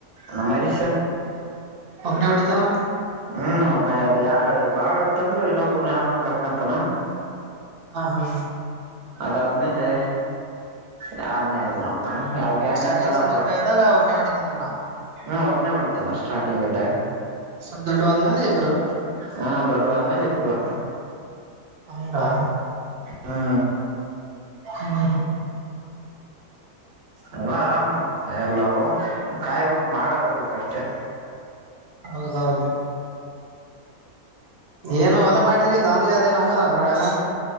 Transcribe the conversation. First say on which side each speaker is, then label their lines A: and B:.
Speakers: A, on the right; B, on the right.
A: ನ ಮರಿಷ
B: ಅನವಡತಲ್ಲ
A: ಹ್ಮ್ ಒಬ್ಬನೇ ಅದ ಯಾವ ಬಾಳ ಇತ್ತಂದ್ರೆ ಇನ್ನೊಬ್ಬ್ರನ್ಾನ ಕರ್ಕಂತಾನ
B: ಹಾ ಹಾ
A: ಅದಾದ್ಮೇಲೆೇ ಯಾರನ್ನ ಇ ಮಾಡ್ತಾನ ಯಾವ ಜ್ಾನೇಶ
B: ಸ್ಟಾರ್ಟಿಂಗ್ ಸಣ್ಣ
A: ಪ್ರ
B: ಗಿಡ ಇದ್ದಾಗ ಒಬ್ನೇ ಹೊಡಿತಾನಾನ
A: ಹ್ಮ ಒಬ್ಬನೆ ಹೊಡಿತಾನಾ ಸ್ಟಾರ್ಟಿಂಗ್ ಇದ್ದಾಗ
B: ಸ ದೊಡ್ಡವಂದ ಮೇಲೆ ಇಬ್ರು
A: ಹಾ ದೊಡ್ಡವಾದ್ಮೇಲ್ಲಿ ಇಬ್ರು
B: ಹಂಗಾ
A: ಹಾ
B: ಹ್ಮ ಹಾ
A: ಅಲ್ಲ ಆರಾಮ್ ಎಲ್ಲಾ ಕಾಯ್ಬೇಕು ಮಾಡಾರ ಇರ್ಬೇಕ ಅಷ್ಟೇ
B: ಹೌದೌದು ಏನು ಎಲ್ಲ ಮಾಡಿದ್ರಿ ದಾನ್ಲಿ ಅದೇನ ಆಗಲ್ಲ ಆ ಕಡೆ ಎಲ್ಲ